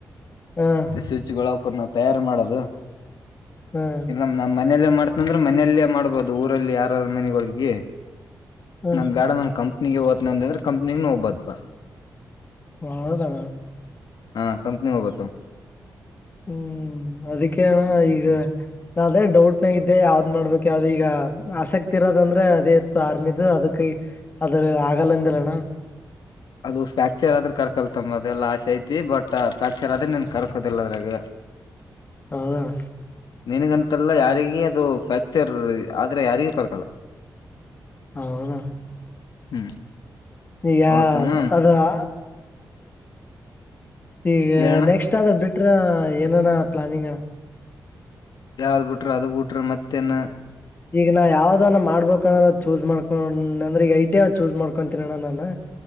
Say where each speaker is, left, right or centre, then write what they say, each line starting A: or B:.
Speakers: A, on the left; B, on the left.
A: ಹ್ಮ್
B: ಸ್ವಿಚ್ಗಳು ರ್ ನ ತಯಾರಿ ಮಾಡೋದು
A: ಹ್ಮ್
B: ಎಲ್ಲ ನಮ್ಮ ಮನೆಯಲ್ಲೇ ಮಾಡ್ತ ಅಂದ್ರೆ ಮನೆಯಲ್ಲೇ ಮಾಡ್ಬೋದು ಊರಲ್ಲಿ ಯಾರಾರ ಮನೆಗಳಿಗೆ
A: ಹ್ಮ್
B: ನಮ್ ಗ್ಯಾಡ ನ ಕಂ ಕಂಪ್ನಿಗೆ ಓತ್ತನ ಅಂತಂದ್ರೆ ಕಂಪ್ನಿ ಹೋಗ್ಬತ್ಪ್ಪಾ
A: ಹೌದಾ
B: ಹಾ ಕಂಪ್ನಿಿಗೆ ಹೋಗುತ್ತು
A: ಹ್ಮ್ ಅದಕ್ಕೆಣ ಹ ಈಗ ನಾ ಅದೇ ಡೌಟ್ ನ ಇದ್ದೆ ಯಾವ್ದ್ ಮಾಡ್ಬೇಕ ಯಾವ್ದ ಈಗ ಆಸಕ್ತಿ ಇರೋದಂದ್ರೆ ಅದೇ ಇತ್ತು ಆರ್ಮಿದು ಅದಕೈ ಅದ್ರ ಆಗಲ್ಲಂದಿಲ್ಲಣ
B: ಅದು ಫ್ರ್ಯಾಕ್ಚರ್ ಆದ್ರೆ ಕರ್ಕಲ್ತಮ್ಮ ಅದೆಲ್ಲ ಚೈತಿ ಬಟ್ಟ ಪ್ಯಾಕ್ಚರ್ ಆದ್ರೆ ನನ್ ಕರ್ಕೋುದಿಲ್ಲ ಅದ್ರಾಗ
A: ಹೌದಣ
B: ನಿನಗಂತಲ್ಲ ಯಾರಿಗ ಅದು ಫ್ರ್ಯಾಕ್ಚರ್ ಆದ್ರೆ ಯಾರಿಗ ಕೊರಕಲ್ಲ
A: ಹೌದಾ
B: ಹ್ಮ್
A: ನೀ ಯ
B: ಹೌದಮ್ಮ
A: ಅದು ಹಾ ಈಗ
B: ಹೇಳಣ
A: ನೆಕ್ಸ್ಟ್ ಆದ ಬಿಟ್ಟ ಹತ್ರ ಏನನ ಪ್ಲಾನಿಂಗ್
B: ಯಾವ್ದ್ ಬಿಟ್ರ ಅದ ಬಿಟ್ರ ಮತ್ತೇನ್
A: ಈಗ ನಾ ಯಾವ್ದಾನ ಮಾಡ್ಬ್ರ ಚೂಸ್ ಮಾಡ್ಕೊಂಡ ಅಂದ್ರೆ ಈಗ ಐ ಟಿ ಚೂಸ್ ಮಾಡ್ಕೊಂತನಣ್ಣ ನಾನನ್